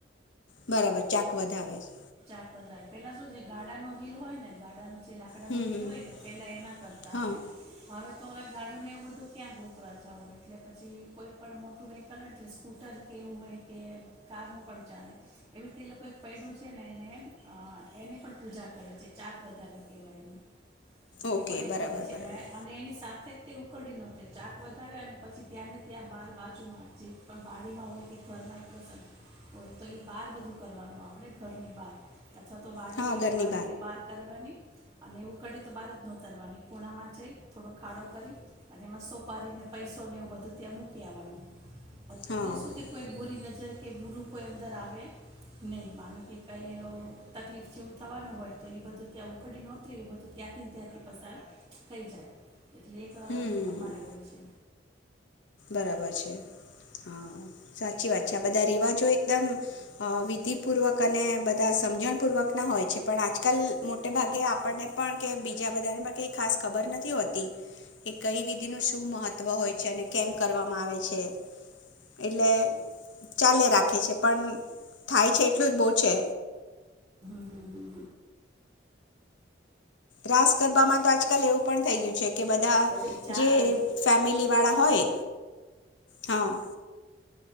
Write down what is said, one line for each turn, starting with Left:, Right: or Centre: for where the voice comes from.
Left: બરાબર ચાક વધાવે છે.
Right: <unintelligible> પેલા શું ગાડાનું વિલ હોય ને ગાડાનું જે લાકડાનું
Left: હમ
Right: વિલ
Left: હમ
Right: હોય ને પેલા એના કરતા
Left: હા
Right: હ હવે તો ગાડુંને એવું બધું ક્યાં ગોતવા જવું હોય એટલે પછી કોઈ પણ મોટું વેહકલ હોય એટલે સ્કૂટર કેવું હોય કે કાર નું પણ ચાલે એવી રીતે એ લોકો <unintelligible> હ એની પણ પૂજા કરે છે, ચાક વધારે કેવાયને
Left: ઓકે
Right: એ ઈ પણ એક
Left: બરાબર
Right: કરે છે
Left: બરાબર
Right: અને અને એની સાથે તે ઉકડી ન ચાક વધારે અને પછી ત્યાં ને ત્યાં બાર બાજુમાં જે પણ બાડીમાં હોય કે ઘર માં એક પ્રસ હોય તો એ બાર બધું કરવાનું આપે આપે ઘરની બહાર અથવા તો વાડી
Left: હા
Right: હોય
Left: ઘરની
Right: તો વાડી ને બહાર કરવાની. અને એવું કઢ તો બાર જ નોતરવાની ખૂણામાં છે. થોડો ખાડો કરી એમાં સોપારીને પૈસોને એવું બધું ત્યાં મૂકી આવવાનું.
Left: હા
Right: એટલે શું કે કોઈ બોરી નથી જેમ કે બુરુ કોઈ અંદર આવે નહી. માનો કે કઈ તકલીફ જેવું થવાનું હોય તો એ બધું ત્યાં ઉકડી નહોતરી એ બધું ત્યાંથીને ત્યાંથી પસાર થઈ જાય. એટલે એ
Left: હમ
Right: એવું અમારે હોય છે.
Left: બરાબર હા સાચી વાત છે આ બધા રિવાજો એકદમ અ વિધિ પૂર્વક અને બધા સમજણ પૂર્વક ના હોય છે પણ આજકાલ મોટે ભાગે આપણને પણ કે બીજા બધાને પણ કઈ ખાસ ખબર નથી હોતી કે કઈ વિધિ ન શું મહત્વ હોય છે અને કેમ્પ કરવામાં આવે છે. એટલે ચાલે રાખે છે. પણ થાય છે એટલું જ બોવ છે.
Right: હમ હમ
Left: રાસ ગરબામાં તો આજકાલ એવું પણ થઈ ગ્યું છે કે, બધા
Right: પછી જાન
Left: જે
Right: આવે છે
Left: ફેમિલી વાળા હોય, હં.